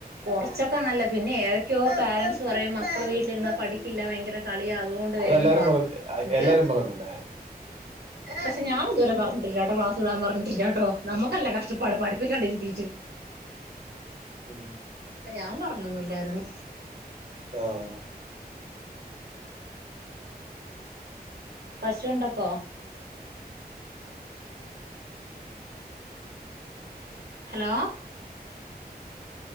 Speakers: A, on the right (about 80°); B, on the right (about 40°).
A: കുറച്ചൊക്കെ നല്ല പിന്നെ ഏതൊക്കെയോ പാരൻറ്സ് പറയും മക്കളെ വീ ട്ടിലിരുന്നാ പഠിക്കില്ല ഭയങ്കര കളിയാ അതുകൊണ്ട്
B: അതെല്ലാരും
A: വേഗം ക്ലാ
B: പറയുന്നത് എല്ലാരും
A: ട്ട്
B: പറയുന്നല്ലേ
A: പക്ഷെ ഞാൻ ഇതുവരെ പറഞ്ഞിട്ടില്ലാട്ടോ ക്ലാസ് വിടാൻ പറഞ്ഞിട്ടില്ലാട്ടോ. നമ്മക്കല്ല കഷ്ടപ്പാട് പഠിപ്പിക്കണ്ട്ര്തീട്ട്
B: ഉം
A: അപ്പൊ ഞാൻ പറഞ്ഞൊന്നുല്ലായിരുന്നു.
B: ആഹ്
A: പശുണ്ടപ്പോ ഹലോ